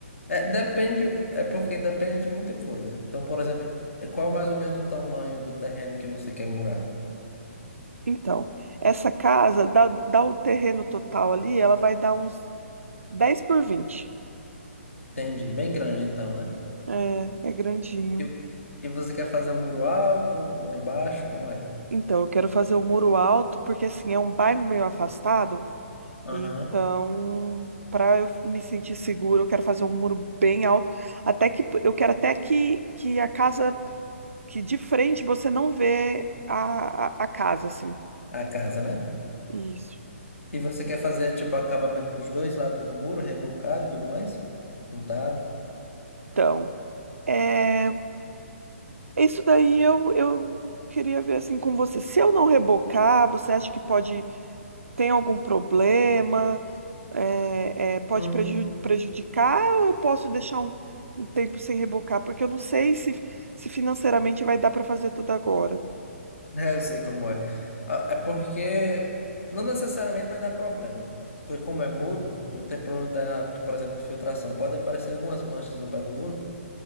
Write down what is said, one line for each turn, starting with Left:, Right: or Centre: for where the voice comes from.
Left: É, depende, é porque depende de muita coisa. Então, por exemplo, é, qual é mais ou menos o tamanho do terreno que você quer murar?
Right: Então, essa casa, dá, dá o terreno total ali, ela vai dar uns dez por vinte
Left: Entendi, bem grande então, né?
Right: É, é grandinho.
Left: E, e você quer fazer um muro alto, um muro baixo, como é?
Right: Então, eu quero fazer o muro alto, porque assim, é um bairro meio afastado,
Left: Aham,
Right: Então, para eu me sentir seguro, eu quero fazer um muro bem alto, até que eu quero até que, que a casa, que de frente você não vê a, a, a casa, assim.
Left: a casa, né?
Right: Isso.
Left: E você quer fazer, tipo, acabamento dos dois lados do muro, rebocado e tudo mais? Pintado?
Right: Então, é, isso daí eu, eu queria ver assim com você. Se eu não rebocar, você acha que pode tem algum problema? É, é, pode
Left: Hum,
Right: preju- prejudicar ou eu posso deixar um, um tempo sem rebocar? Porque eu não sei se, se financeiramente vai dar para fazer tudo agora.
Left: É, eu sei como é. Ah, É porque não necessariamente vai dar problema. Porque como é muro, não tem problema da, por exemplo, de filtração. Pode aparecer algumas manchas no pé do muro,